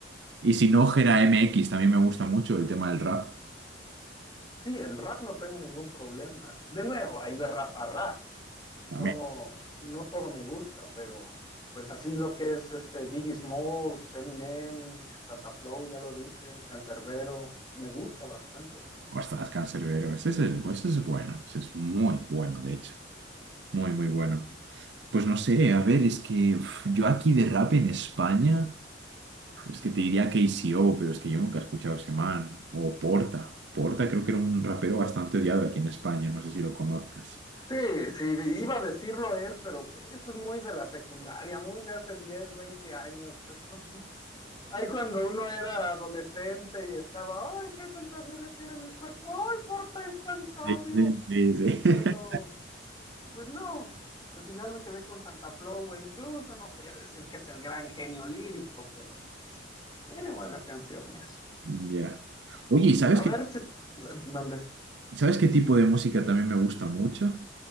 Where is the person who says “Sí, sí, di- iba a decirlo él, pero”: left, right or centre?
Left